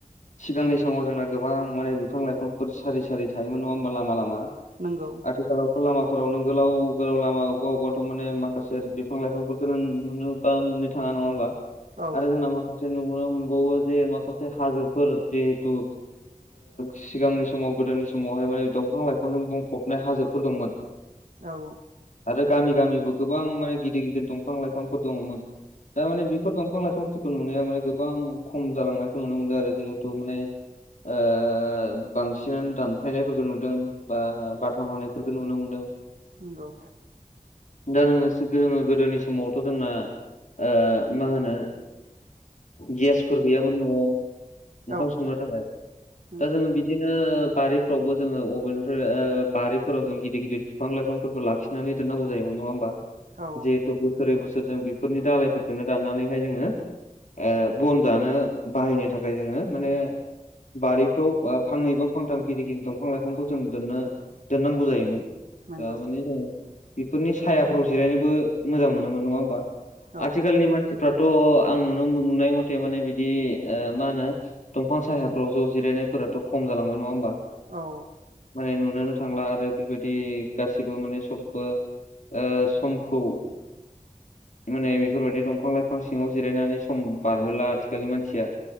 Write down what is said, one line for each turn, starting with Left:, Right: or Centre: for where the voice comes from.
Left: सिगांनि समाव जोंना गोबां माने बिफां लाइफांफोर सारि सारि थायोमोन नङा होमबा लामा लामा
Right: नोंगौ
Left: आथिखालावथ' लामाफोराव नों गोलाव गोलाव लामा अबबा अबबाथ' माने माखासे बिफां लाइफांफोरखौनो नुनो बा मोननो थाङा नङा होमबा
Right: औ
Left: आरो जोंना मा खासे नुनो मोनबावो जे माखासे हाजोफोर जिहेतु सिगांनि समाव गोदोनि समावहाय माने दंफां लाइ फांजों बुंफबनाय हाजोफोर दंमोन
Right: औ
Left: आरो गामि गामिबो गोबां माने गिदिर गिदिर दंफां-लाइफांफोर दङ'मोन दा माने बेफोर दंफां-लाइफांफोरखौ नुनायाव माने गोबां खम जालांनायखौ नुनो मोनदों आरो जिहेथु माने ओ बांसिनानो दानफायनायफोरखौ नुदों बा बाथाम हानायफोरखौ नुनो मोनदों
Right: नोंगौ
Left: <unintelligible> सो दोङो गोदोनि समावथ' जोंना ओ मा होनो गेसफोर गैयामोन न'आव ओंखाम
Right: औ
Left: संनो थाखाय
Right: नंगौ
Left: दा जोङो बिदिनो बारिफ्रावबो जोङो अबे ओ बारिफोराव जों गिदिर गिदिर बिफां लाइफांफोरखौ लाखिनानै दोननांगौ जायोमोन नङा होमबा
Right: औ
Left: जिहेथु बोसोरै बोसोर जों बेफोरनि दालायफोरखौनो दाननानैहाय जोङो ओ बन जानो बाहायनो थाखाय जोङो माने बारिफ्राव ओ फांनै बा फांथाम गिदर गिदिर दंफां लाइफांफोर जों दोननो दोननांगौ जायोमोन
Right: नंगौ
Left: दा माने जोङो बेफोरनि सायाफ्राव जिरायनोबो मोजां मोनोमोन नङा होमबा
Right: औ
Left: आथिखालनि मानसिफ्राथ' आं नुनो नुनाय मथे माने बिदि मा होनो दंफां सायावफ्राव ज' जिरायनायफोराथ' खम जालांबाय नङा होमबा
Right: औ
Left: माने नुनोनो थांला आरो बिबादि गासिबो माने सबबो ओ समखौ माने बेफोरबायदि दंफां-लाइफां सिङाव जिरायनानै सम बारहोला आथिखालनि मानसिया